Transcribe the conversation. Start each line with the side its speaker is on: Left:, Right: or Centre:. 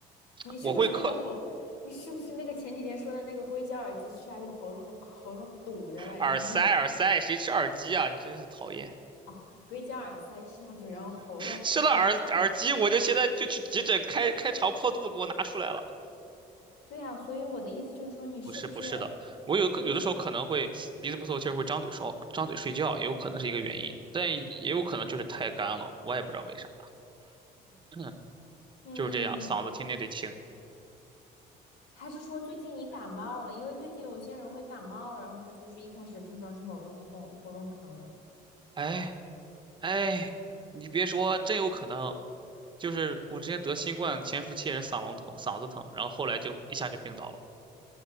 Left: 你是不是那个喉，
Right: 我会嗑
Left: 你是不是那个前几天说的那个硅胶耳机吃下去喉咙喉咙堵着了，
Right: 耳塞，
Left: 然后
Right: 耳塞谁吃耳机啊？真是讨厌！
Left: 啊、哦硅胶耳塞吃下去，然后喉咙被胀。
Right: 吃了耳耳机，我就现在就去急诊开开肠破肚，给我拿出来了。
Left: 对呀、啊所以我的意思就是说，你是不是
Right: 不是不是的，我有可有的时候可能会鼻子不透气儿，
Left: 那个啥？
Right: 会张嘴说张嘴睡觉，也有可能是一个原因，但也有可能就是太干了，我也不知道为啥。嗯，
Left: 嗯，
Right: 就是这样，嗓子天天得清。
Left: 还是说最近你感冒了？因为最近有些人会感冒，然后他就是一开始症状是喉咙痛、喉咙疼，
Right: 哎哎，你别说，真有可能，就是我之前得新冠潜伏期也是嗓咙疼、嗓子疼，然后后来就一下就病倒了。